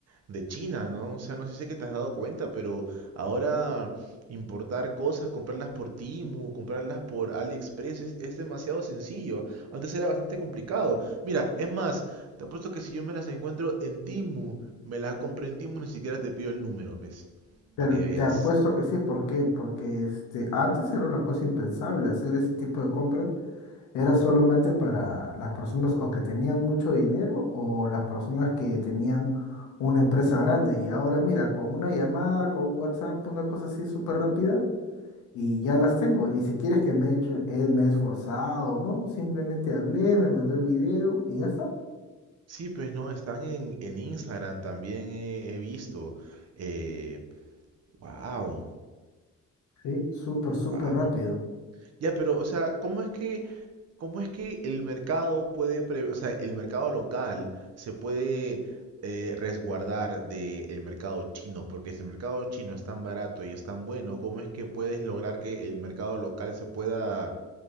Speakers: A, on the right (about 55°); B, on the left (about 80°).
A: de China, ¿no? O sea, no sé si sé que te has dado cuenta, pero ahora importar cosas, comprarlas por Temu, comprarlas por AliExpress es, es demasiado sencillo. Antes era bastante complicado. Mira, es más, te apuesto que si yo me las encuentro en Temu, me las compro en Temu, ni siquiera te pido el número, pues,
B: Te,
A: para que veas.
B: te apuesto que sí. ¿Por qué? Porque este, antes era una cosa impensable hacer ese tipo de compras Era solamente para las personas o que tenían mucho dinero o las personas que tenían una empresa grande. Y ahora mira, con una llamada, con un WhatsApp, una cosa así súper rápida, y ya las tengo. Y ni siquiera es que me he hecho, eh, me he esforzado, ¿no? Simplemente hablé, me mandó el video y ya está.
A: Sí, pues no, están en, en Instagram también he, he visto. Eh, wow,
B: Sí, súper, súper
A: wow.
B: rápido.
A: Ya, pero, o sea, ¿cómo es que ¿Cómo es que el mercado puede, pre- o sea, el mercado local se puede eh, resguardar del mercado chino? Porque si el mercado chino es tan barato y es tan bueno, ¿cómo es que puedes lograr que el mercado local se pueda,